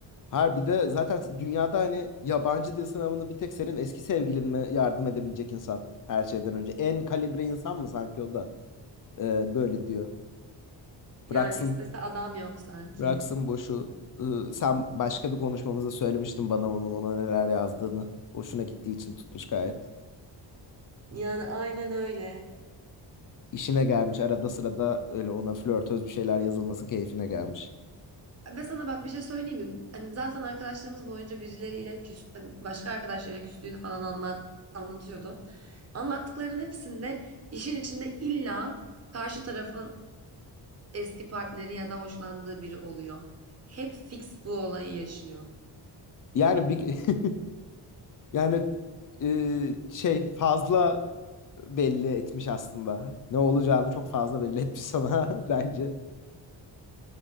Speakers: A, on the left; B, on the right.
A: Harbi de zaten dünyada hani yabancı dil sınavını bir tek senin eski sevgilin mi yardım edebilecek insan her şeyden önce. En kalibre insan mı sanki o da e, böyle diyor.
B: Yani
A: Bıraksın
B: istese adam yok sanki.
A: Bıraksın boşu. Iı, sen başka bir konuşmamızda söylemiştin bana onun ona neler yazdığını. Hoşuna gittiği için tutmuş gayet.
B: Yani aynen öyle.
A: İşine gelmiş. Arada sırada öyle ona flörtöz bir şeyler yazılması keyfine gelmiş.
B: Ve sana bak bir şey söyleyeyim mi? Hani zaten arkadaşlarımız boyunca birileriyle küs, hani başka arkadaşlarıyla küstüğünü falan anlat, anlatıyordu. Anlattıklarının hepsinde işin içinde illa karşı tarafın eski partneri ya da hoşlandığı biri oluyor. Hep fix bu olayı yaşıyor.
A: Yani bir <laughs> yani ıı, şey fazla belli etmiş aslında. Ne olacağını çok fazla belli etmiş sana <laughs> bence.